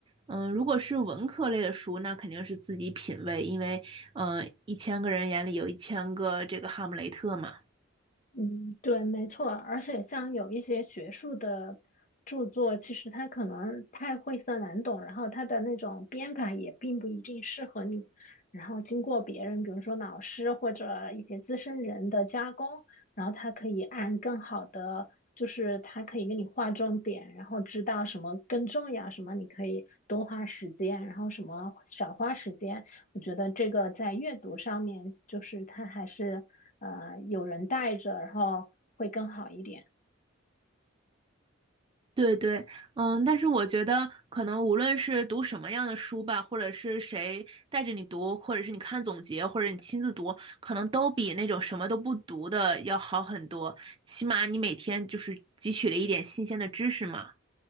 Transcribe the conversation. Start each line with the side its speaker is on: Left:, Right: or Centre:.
Right: 嗯，如果是文科类的书，那肯定是自己品味，因为嗯，呃一千个人眼里有一千个这个哈姆雷特嘛。
Left: 嗯，对，没错，而且像有一些学术的著作，其实它可能太晦涩难懂，然后它的那种编排也并不一定适合你。然后经过别人，比如说老师或者一些资深人的加工，然后它可以按更好的，就是它可以给你划重点，然后知道什么更重要，什么你可以多花时间，然后什么少花时间。我觉得这个在阅读上面，就是它还是呃有人带着，然后会更好一点。
Right: 对对，嗯，但是我觉得可能无论是读什么样的书吧，或者是谁带着你读，或者是你看总结，或者你亲自读，可能都比那种什么都不读的要好很多。起码你每天就是汲取了一点新鲜的知识嘛。